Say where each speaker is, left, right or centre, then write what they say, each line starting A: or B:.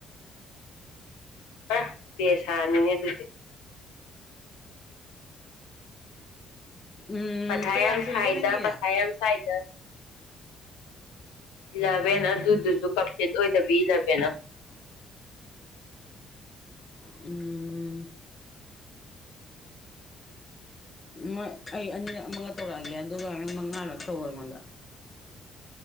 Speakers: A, on the left (about 80°); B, on the left (about 40°).
A: ꯑ ꯄꯦꯁꯥꯥꯅꯤꯅꯦ ꯑꯗꯨꯗꯤ
B: ꯎꯝ
A: ꯃꯊꯥ
B: ꯀꯌꯥ
A: ꯌꯥꯝ ꯁꯥꯏꯗ
B: ꯁꯨꯔꯒꯦ ꯅꯪꯒꯤ
A: ꯃꯊꯥ ꯌꯥꯝ ꯁꯥꯏꯗ ꯏꯂꯚꯦꯟ ꯑꯗꯨꯗꯨꯁꯨ ꯀꯝꯄ꯭ꯂꯤꯠ ꯑꯣꯏꯗꯕꯤ ꯏꯂꯚꯦꯟ ꯑꯃ
B: ꯎꯝ ꯎꯝ ꯃꯣꯏ ꯑꯩ ꯑꯅꯤꯔꯛ ꯑꯃꯒ ꯇꯧꯔꯛꯑꯒꯦ ꯑꯗꯨꯒ ꯅꯪ ꯃꯉꯥꯔꯛ ꯇꯧꯔꯣ ꯑꯩꯉꯣꯟꯗ